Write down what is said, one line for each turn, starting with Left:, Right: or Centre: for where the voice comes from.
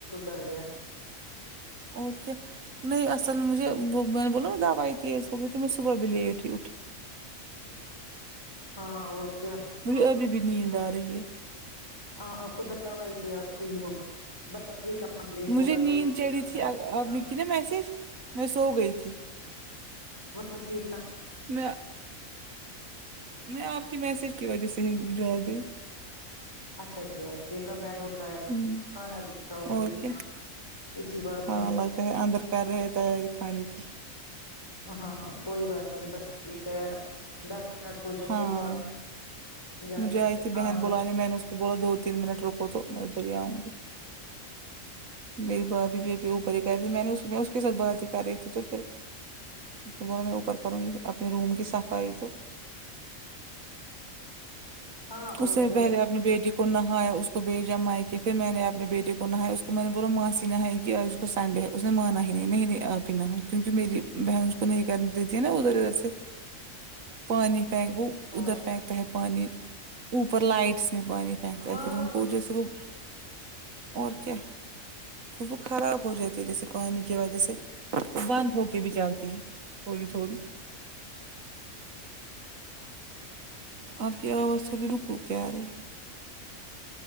Left: گھر گیا تو
Right: اور کیا نہیں اصل مجھے وہ میں نے بولا دوائی تیز ہو گئی تھی تو میں صبح بھی ی لیٹ ہی اٹھی
Left: ہاں اور کیا
Right: مجھے ابھی بھی نیند آ رہی ہے
Left: آں آپ دوائی سے آپ یہ ہوگی بس یہ کمپلیٹ
Right: مجھے
Left: ہوگا
Right: نیند
Left: تو اس کے
Right: چڑھی
Left: بعد
Right: تھی
Left: میں سوچتا
Right: آپ نے
Left: ہوں
Right: کی نا میسج میں سو گئی تھی
Left: بہت <unintelligible>
Right: میں میں آپ کی میسج کی وجہ سے ہی جاگ گئی
Left: اچھا کیا دیکھا میں نے اٹھایا
Right: گئی
Left: کھانا بھی کھاؤ
Right: اور
Left: گی
Right: کیا
Left: ساتھ اسی بات
Right: ہاں
Left: سے
Right: لگتا اندر کر رہے ہیں تیاری کھانے کی
Left: ہاں کوئی بات نہیں بس ٹھیک ہے یار دس منٹ ہو جائیں
Right: ہاں
Left: گے تو آپ جانا
Right: مجھے آئی تھی
Left: کھانے
Right: بہن بلانے میں نے اس کو بولا دو تین منٹ رکو تو میں ادھر ہی آؤں گی میری بھابھی بھی رہتی اوپر ہی کہتی میں نے اس میں اس کے سا تھ بات ہی کر رہی تھی تو پھر اس نے بولا میں اوپر کروں گی اپنے روم کی صفائی تو
Left: ہاں
Right: اس
Left: اور
Right: سے
Left: کیا
Right: پہلے آپ اپنی بیٹی کو نہایا اس کو بھیجا میکے پھر میں نے اپنے بیٹی کو نہایا اس کو میں نے بولا ما سی نہائی گی اج پسند ہے اس نے مانا ہی نہیں نہیں پینا کیونکہ میری بہن اس کو نہیں کرنے دیتی ہے نا ادھر ادھر سے
Left: <inaudible>
Right: پانی پھیینک وہ
Left: ہاں
Right: ادھر پھینکتا پانی اوپر لائٹس میں پانی پہکتا
Left: ہاں
Right: ہے ان کو پھر ان کو جیسے وہ اور کیا کہ وہ خراب ہو جاتی ہے جیسے پانی کی وجہ سے بند ہو کے بھی چلتی ہے تھوڑی تھوڑی آپ کی آواز تھوڑی روک روک کے آ رہی ہے